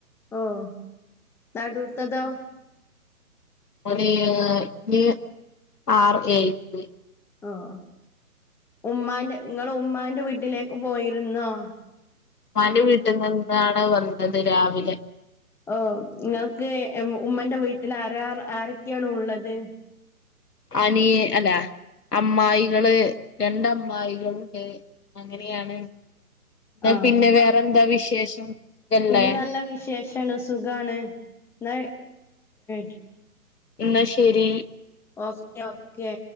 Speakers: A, in the centre; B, on the left (about 85°).
A: ഓഹ് നടൂത്തതോ?
B: ഓന് ഇനി ആറ് ഏഴിക്ക്.
A: ഓഹ് ഉമ്മാന്റെ ങ്ങള് ഉമ്മാന്റെ വീട്ടിലേക്ക് പോയിരുന്നോ?
B: മ്മാന്റെ വീട്ടിന്ന് ഇന്നാണ് വന്നത് രാവിലെ.
A: ഓഹ് നിങ്ങൾക്ക് ഏ ഉമ്മന്റെ വീട്ടിൽ ആരാ ആരൊക്കെയാണ് ഉള്ളത്?
B: അനിയ അല്ല അമ്മായികള് രണ്ടമ്മായികള്ണ്ട്. അങ്ങനെയാണ് എന്നാ
A: ആഹ്
B: പിന്നെ വേറെ എന്താ വിശേഷം? ഇതല്ലേ
A: പിന്നെ നല്ല വിശേഷാണ് സുഖാണ് ന്നാ. <unintelligible>
B: ഇന്ന ശരി.
A: Okay okay.